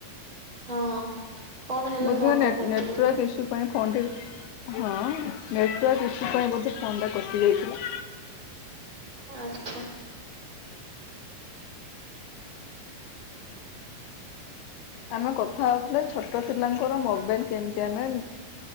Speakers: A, on the right (about 25°); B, on the left (about 85°).
A: ହଁ। କଣ ହେଲା
B: ବୋଧେ
A: ଫୋନ
B: ନେଟ
A: ଟା କାଟିଦେଲେ
B: ନେଟୱାର୍କ ଇସୁ ପାଇଁ ଫୋନଟି ହଁ ନେଟୱାର୍କ ଇସୁ ପାଇଁ ବୋଧେ ଫୋନଟା କଟି ଯାଇଥିଲା।
A: ଆ ଛା ହଉ
B: ଆମେ କଥା ହଉଥିଲେ ଛୋଟ ପିଲାଙ୍କର ମୋବାଇଲ କେମିତି ଆମେ